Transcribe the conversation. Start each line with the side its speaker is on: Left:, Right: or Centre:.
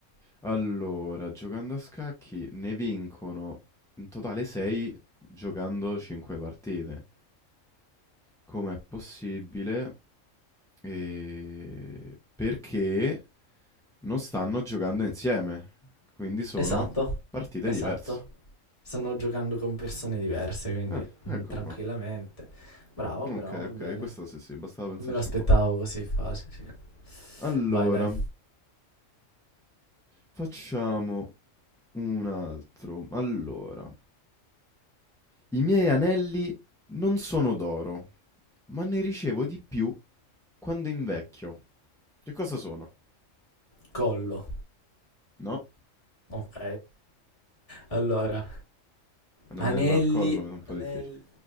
Centre: Allora, giocando a scacchi ne vincono in totale 6 giocando 5 partite. Com'è possibile? E perché non stanno giocando insieme, quindi sono
Left: Esatto,
Centre: partite
Left: esatto.
Centre: diverse.
Left: Stanno giocando con persone diverse, quindi
Centre: Ah, ecco
Left: mm, tranquillamente.
Centre: qua.
Left: Bravo,
Centre: Ok,
Left: bravo, va
Centre: ok,
Left: bene.
Centre: questa sì, sì, bastava pensarci
Left: Non me l'aspettavo
Centre: un po'.
Left: così facile.
Centre: Allora,
Left: Vai, dai.
Centre: facciamo un altro. Allora, i miei anelli non sono d'oro, ma ne ricevo di più quando invecchio. Che cosa sono?
Left: Collo.
Centre: No?
Left: Ok. <laughs> Allora,
Centre: Un
Left: anelli,
Centre: anello al collo mi è un po'
Left: anelli,
Centre: difficile.